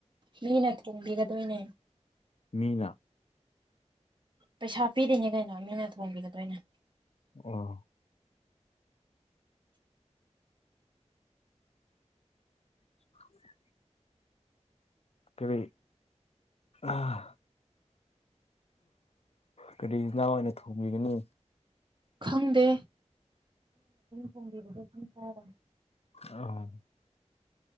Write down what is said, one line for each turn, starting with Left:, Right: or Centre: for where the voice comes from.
Right: ꯃꯤꯅ ꯊꯣꯡꯕꯤꯒꯗꯣꯏꯅꯦ
Left: ꯃꯤꯅꯥ
Right: ꯄꯩꯁꯥ ꯄꯤꯔꯤꯅꯦ ꯀꯩꯅꯣ ꯃꯤꯅ ꯊꯣꯡꯕꯤꯒꯗꯣꯏꯅꯦ
Left: ꯑꯣ <inaudible> ꯀꯔꯤ ꯑꯥ ꯀꯔꯤ ꯏꯟꯁꯥꯡ ꯑꯣꯏꯅ ꯊꯣꯡꯕꯤꯒꯅꯤ
Right: ꯈꯪꯗꯦ ꯐꯣꯡꯕꯤꯕꯗꯣ ꯁꯨꯝ ꯆꯥꯏ
Left: ꯑꯥꯎ